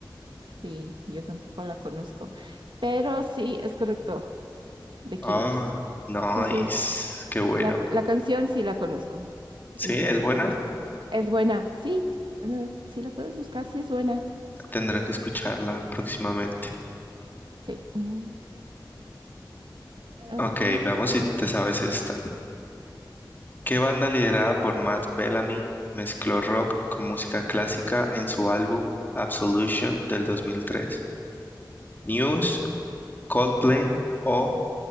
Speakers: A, on the right; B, on the left.
A: Sí, yo tampoco la conozco, pero sí, es correcto, The Killers.
B: Ah, nice.
A: Sí, sí,
B: Qué bueno.
A: y la, la canción sí la conozco,
B: Sí,
A: y sí es
B: es
A: The
B: buena.
A: Killers. Es buena, sí, eh, si la puedes buscar, sí es buena.
B: Tendré que escucharla próximamente.
A: Sí, ujú, ok,
B: Ok, veamos si te sabes esta. ¿Qué banda liderada por Matt Bellamy mezcló rock con música clásica en su álbum Absolution del 2003? ¿Muse, Coldplay o